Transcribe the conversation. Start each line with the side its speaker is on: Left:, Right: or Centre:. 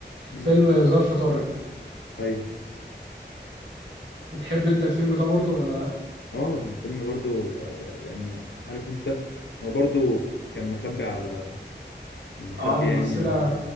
Left: مم.
Right: فيلم ظرف طارق
Left: ايوه
Right: بتحب انت الفيلم ده برضو ولا لا
Left: اه فيلم برضو آه، يعني عارف انت هو برضو كان مخبي على كان مخبي
Right: او على الممثله
Left: يعني ان